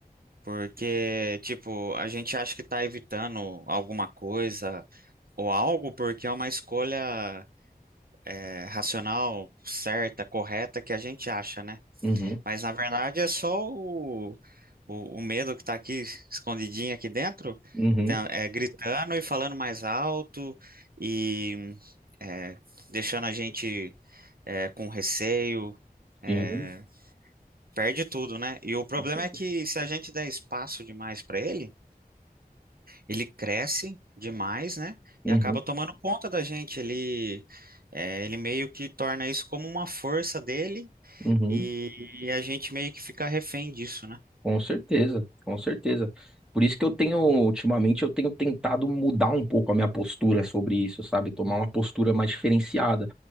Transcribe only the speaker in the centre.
Uhum,
uhum,
sim,
com certeza.
uhum,
uhum.
Com certeza, com certeza. Por isso que eu tenho, ultimamente, eu tenho tentado mudar um pouco a minha postura sobre isso, sabe? Tomar uma postura mais diferenciada,